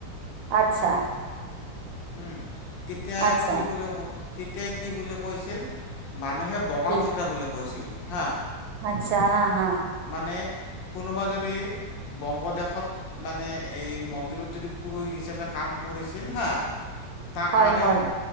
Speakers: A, on the right; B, on the left.
A: আচ্ছা,
B: উম তেতিয়া
A: আচ্ছা
B: কি বুলি ক তেতিয়াই কি বুলি ক কৈছিল মানুহে বঙাল
A: কি
B: খেদা বুলি কৈছিল হা,
A: আচ্ছা হা হা,
B: মানে কোনোবা যদি। বংগদেশত মানে এই মন্দিৰত যদি পুৰোহিত হিচাপে কাম কৰিছিল হা, তাক
A: হয়
B: মানে।
A: হয়